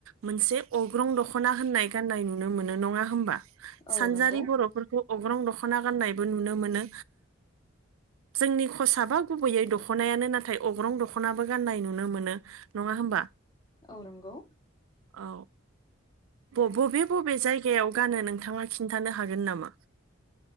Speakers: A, on the right (about 80°); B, on the left (about 20°).
A: मोनसे अग्रं दखना होननाय गाननाय नुनो मोनो। मोनो नंङा होमबा
B: औ
A: सानजारि
B: नंगौ
A: बरफोरखौ। अग्रं दखना गाननायबो नुनो मोनो। जोंनि खसाबा गुबैयै दखनायानो नाथाय अग्रं दखनाबो गाननाय नुनो मोनो नङा होमबा।
B: औ नंगौ
A: औ बबे बबे जायगायाव। गानो नोंथांङा खिन्थानो हागोन नामा।